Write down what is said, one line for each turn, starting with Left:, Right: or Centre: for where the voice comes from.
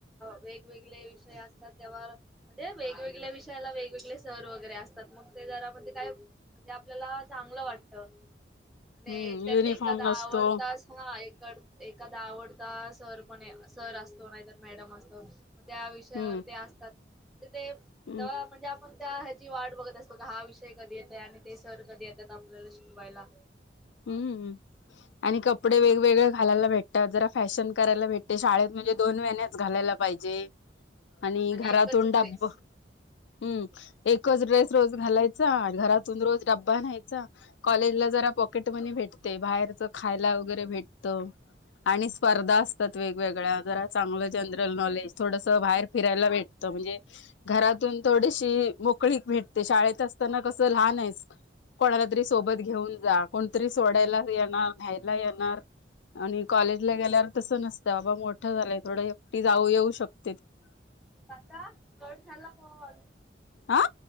Centre: वेगवेगळे विषय असतात त्यावर म्हणजे वे वेगवेगळ्या विषयाला वेगवेगळे सर वगैरे असतात मग ते जरा म्हणजे काय म्हणजे आपल्याला चांगलं वाटत आणि
Left: हम्म
Centre: त्या
Left: युनिफॉर्म
Centre: एखादा
Left: नसतो
Centre: आवडतास हा एखादा आवडता सर पण सर असतो नाहीतर मॅडम असतो त्या विषयावर
Left: हम्म
Centre: ते असतात म्हणजे ते
Left: हम्म
Centre: म्हणजे आपण त्या हजी वाट बघत असतो का हा विषय कधी येतय आणि ते सर कधी येतात आपल्याला शिकवायला
Left: हम्म आणि कप कपडे वेगवेगळे घालायला भेटतात जरा फॅशन करायला भेटते शाळेत म्हणजे दोन वहि्याच घालायला पाहिजे आणि घरातूनन
Centre: एकच
Left: डब
Centre: ड्रेस
Left: हम्म एकच ड्रेस रोज घालायचा घरातून रोज डब्बा न्यायचा कॉलेजला जरा प पॉकेट मनी भेटते बाहेरच खायला वगैरे भेटत आणि स्पर्धा असतात वेगवेगळ्या जरा चांगलं जनरल नॉलेज थोडस बाहेर फिरायला भेटत म्हणजे घरातून थोडीशी मोकळी भेटते शाळेत असताना कसं लहान आहे कोणाला तरी सोबत घेऊन जा कोणतरी सोडायला येणार न्यायला येणार आणि कॉलेजला गेल्यावर तस नसतं बाबा मोठं झालंय थोडं एकटी जाऊ येऊ शकतो
Centre: आता कट झाला कॉल
Left: हा